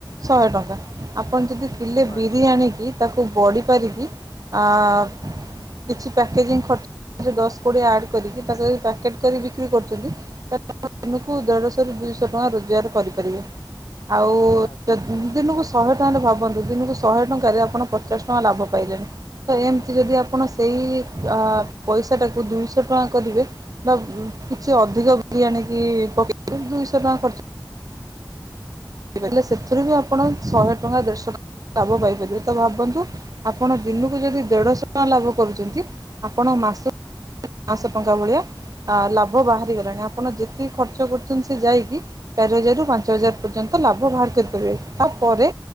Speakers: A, on the right (about 45°); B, on the left (about 55°).
A: ଶହେ ଟଙ୍କା ଆପଣ ଯଦି କିଲେ
B: ଶହେ
A: ବିରି
B: ଟଙ୍କା
A: ଆଣୀକି ତାକୁ ବଢ଼ିପାରିକି ଆଂ କିଛି ପ୍ୟାକେଜିଂ ଖର୍ଚ୍ଚ ଦଶ କୋଡ଼ିଏ ଆଡ଼ କରିକି ତା ପ୍ୟାକେଟ୍ କରି ବିକ୍ରି କରୁଚନ୍ତି। <inaudible> ଦିନକୁ ଦେଢ଼ଶହ ରୁ ଦୁଇଶହ ଟଙ୍କା ରୋଜଗାର କରିପାରିବେ। ଆଉ
B: ଆଚ୍ଛା
A: ଯ ଦିନକୁ ଶହେ ଟଙ୍କାରେ ଭାବନ୍ତୁ ଦିନକୁ ଶହେ ଟଙ୍କାରେ ଆପଣ ପଚାଶ ଟଙ୍କା ଲାଭ ପାଇଲେଣି ତ ଏମିତି ଯଦି ଆପଣ ସେ ଇ ପଇଷାଟାକୁ ଦୁଇଶହ ଟଙ୍କା କରିବେ ବା କିଛି ଅଧିକ ଆଣିକି <inaudible> ଦୁଇଶହ ଟଙ୍କା ଖ <inaudible> ସେଥିରୁ ବି ଆପଣ ଶହେ ଟଙ୍କା ଦେଢଶହ ଟଙ୍କା ଲାଭ ପାଇପାରିବେ ତ ଭାବନ୍ତୁ ଆପଣ ଦିନକୁ ଯଦି ଦେଢ଼ଶହ ଟଙ୍କା ଲାଭ କରୁଚନ୍ତି ଆପଣ ମାସ <inaudible> ନ‌ଅଶହ ଟଙ୍କା ଭଳିଆ ଆଉ ଲାଭ ବାହାରି ଆପଣ ଯେତିକି ଖର୍ଚ୍ଚ କରୁଚନ୍ତି ସେ ଯାଇକି ଚାରି ହଜାରରୁ ପାଞ୍ଚ ହଜାର ପର୍ଯ୍ୟନ୍ତ ଲାଭ ବାହାର କରିପାରିବେ। ତାପରେ